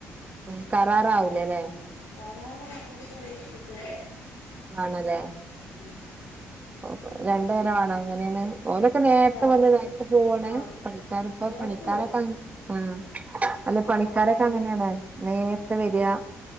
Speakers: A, on the right (about 25°); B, on the left (about 85°).
A: ഉം. കറാറാവൂലല്ലേ?
B: കരാറാണെങ്കിലും ഫുഡ്, -
A: ആണല്ലേ?
B: ഉം.
A: ഓ
B: പിന്നെ
A: രണ്ടു പേരാണോ എങ്ങനെയാണ്. ഓലൊക്കെ നേരത്തെ
B: രാവി
A: വന്ന് നേരത്തെ പോവാണ്.
B: ആഹ്
A: പണിക്കാർ ഇപ്പ
B: നേരത്തെ
A: പണിക്കാരൊക്കെ.
B: വരും
A: ആ. അല്ല
B: ആറര
A: പണിക്കാരൊക്കെ
B: ഏഴുമണി
A: അങ്ങനെയാണ്. നേരത്തെ വരാ.